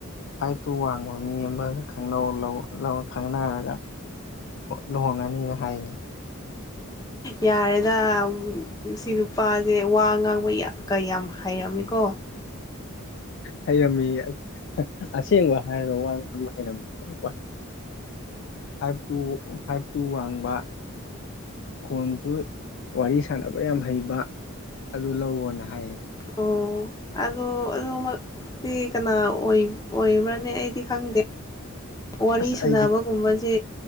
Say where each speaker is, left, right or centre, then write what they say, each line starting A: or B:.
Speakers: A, on the left (about 55°); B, on the left (about 15°).
A: ꯍꯥꯏꯥꯏꯞꯇꯨ ꯋꯥꯡꯕ ꯃꯤ ꯑꯃꯒ ꯈꯪꯅꯧ ꯂꯧ ꯈꯪꯅꯔꯒꯥ ꯂꯨꯍꯣꯡꯉꯥꯅꯤ ꯍꯥꯏꯅꯤ
B: ꯌꯥꯔꯦꯗ ꯁꯤ ꯅꯨꯄꯥꯁꯦ ꯋꯥ ꯉꯥꯡꯕ ꯀꯌꯥꯝ ꯍꯩꯔꯝꯃꯤꯀꯣ
A: ꯍꯩꯔꯝꯃꯤ ꯑꯁꯦꯡꯕ ꯍꯥꯏꯔꯒ ꯋꯥ ꯉꯥꯡꯕ ꯍꯩꯔꯝꯃꯤ ꯍꯥꯏꯔ ꯋꯥꯏ ꯐꯥꯏꯚ ꯇꯨ ꯐꯥꯏꯚ ꯇꯨ ꯋꯥꯡꯕ ꯈꯣꯟꯁꯨ ꯋꯥꯔꯤ ꯁꯥꯟꯅꯕ ꯌꯥꯝ ꯍꯩꯕ ꯑꯗꯨ ꯂꯧꯑꯣꯅ ꯍꯥꯏꯌꯦ
B: ꯑꯣ ꯑꯗꯨ ꯑꯗꯨꯃꯛꯇꯤ ꯀꯅꯥ ꯑꯣꯏꯕ꯭ꯔꯅꯦ ꯑꯩꯗꯤ ꯈꯪꯗꯦ ꯋꯥꯔꯤ
A: ꯑꯁ
B: ꯁꯅꯕꯒꯨꯝꯕꯁꯦ
A: ꯑꯩꯗꯤ